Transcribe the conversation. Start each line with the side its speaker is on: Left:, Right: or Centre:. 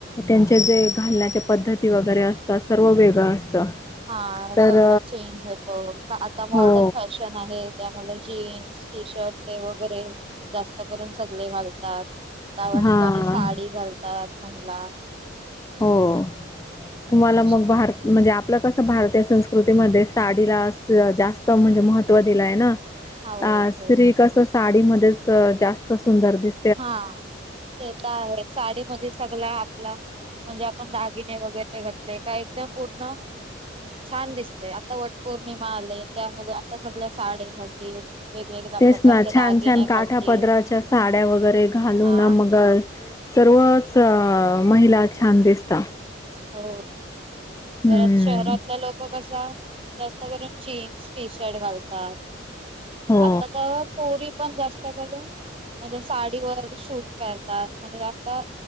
Left: त्यांचे जे घालण्याच्या पद्धती वगैरे असतात सर्व वेगळं असतं.
Right: हा
Left: तर
Right: सगळ चेंज होतो आता
Left: हो
Right: मॉर्डर्न फॅशन- आहे त्यामुळे जीन्स टी शर्ट ते वगैरे जास्त करून सगळे घाल दव्या
Left: हां
Right: ठिकाणी साडी घालतात महिला
Left: हो तुम्हाला
Right: तसे
Left: मग बार म्हणजे आपलं कसं भारतीय संस्कृतीमध्ये साडीला जास्त म्हणजे महत्त्व दिलंय ना
Right: हो
Left: अ स्त्री
Right: हो
Left: कस साडीमध्येच जास्त सुंदर दिस
Right: हा ते तर आहे साडी म सगळ आपला म्हणजे आपण दागिने वगैरे घातले का एकदम पूर्ण छान दिसतेय आता वट पौर्णिमा आलेय त्यामुळे आता सगळ्या साडी घालतील. वेगवेगळ्या
Left: तेच
Right: प्रकारच्या
Left: ना छान
Right: दागिने
Left: छान काठा
Right: घालतील.
Left: पदराच्या साड्या वगैरे घालू
Right: हा
Left: ना मग. सर्वच महिला छान दिसतात.
Right: हो परत
Left: हम्म
Right: शहरातल्या लोक कश- जास्त करून जीन्स टी शर्ट घालतात
Left: हो
Right: आता तर पोरी पण जास्त. घलून म्हणजे साडीवर शूट करतात म्हणजे आता